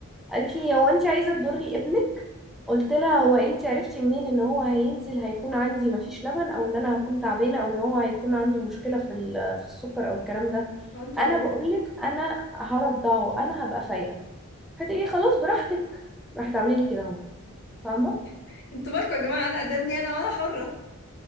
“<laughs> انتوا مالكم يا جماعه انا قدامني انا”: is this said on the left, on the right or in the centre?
Left